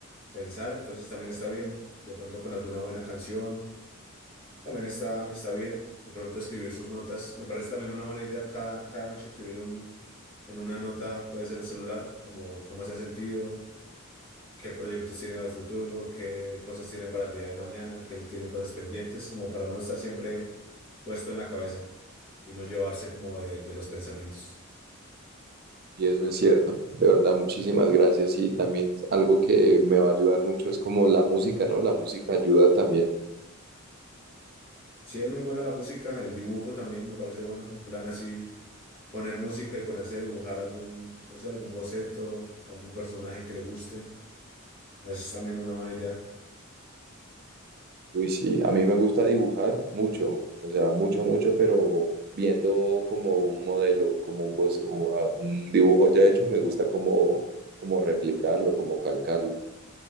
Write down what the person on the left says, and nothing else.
pensar, entonces también está bien de pronto con alguna buena canción También está, está bien de pronto escribir sus notas. Me parece también una buena idea cada, cada noche escribir un, en una nota, puede ser el celular, como cómo se ha sentido, qué proyectos tiene al futuro, qué cosas tiene para el día de mañana, que él tiene cosas pendientes, como para uno estar siempre puesto en la cabeza y no llevarse como de, de los pensamientos.
Sí, es muy buena la música, el dibujo también me parece bueno, un plan así, poner música y ponerse a dibujar algún, no sé, algún boceto, algún personaje que le guste. Eso es también una buena idea.